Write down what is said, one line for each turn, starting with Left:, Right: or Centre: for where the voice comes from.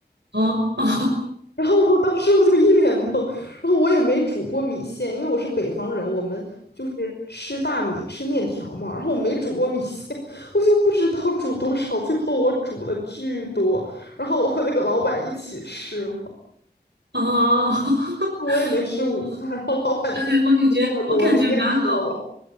Right: 哦哦
Left: 然后我当时我就一脸懵，然后我也没煮过米线，因为我是北方人，我们就是吃大米吃面条嘛，然后我没煮过米线，<laughs> 我就不知道煮多少，最后我煮了巨多，然后我和那个老板一起吃了，
Right: 哦，<laughs>
Left: 我也没吃午饭，
Right: 我
Left: 然后老板就说你怎么煮这么多，
Right: 哎，我感觉我感觉蛮好，
Left: 你也吃了吧。